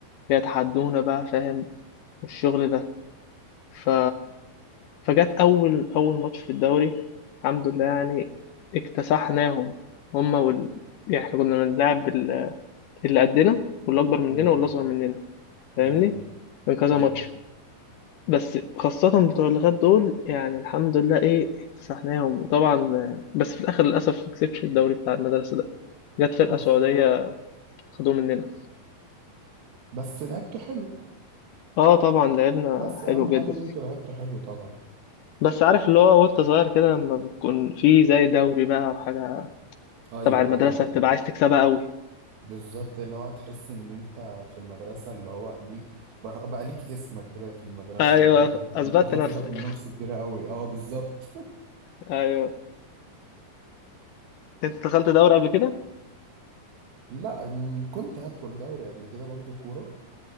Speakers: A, on the left (about 80°); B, on the right (about 75°).
A: بيتحدونا بقى فاهم والشغل ده ف فجت اول اول ماتش في الدوري الحمد لله يعني اكتسحناهم هم وال... يعني احنا كنا بنلعب ال- اللي قدنا واللي اكبر مننا
B: جامد
A: واللي اصغر مننا فاهمني
B: جامد
A: كان كذا
B: حلو
A: ماتش بس خاصة بتوع اللغات دول يعني الحمد لله إيه اكتسحناهم وطبعا آه، بس في الآخر للأسف ما كسبش الدوري بتاع المدرسة ده جت فرقة
B: اوف
A: سعودية خدوه مننا
B: بس لعبته حلو
A: اه طبعا لعبنا
B: بس
A: حلو
B: أهم
A: جدا
B: حاجة إن أنتوا لعبتوا حلو طبعا
A: بس عارف اللي هو وانت صغير كده لما بتكون في زي دوري بقى وحاجة
B: ايوه
A: تبع المدرسة
B: ايوه
A: بتبقى
B: ايوه
A: عايز تكسبها قوي
B: بالظبط اللي هو تحس ان انت في المدرسه اللي هو ليك بقى بقى ليك اسمك كده في المدرسه
A: ايوه
B: وانت صغير
A: اثبتت
B: بتاخد
A: نفسك
B: ثقه في النفس كبيره قوي اه بالظبط
A: ايوه انت دخلت دوري قبل كده
B: لا م- كنت هدخل دوري قبل كده برضو كوره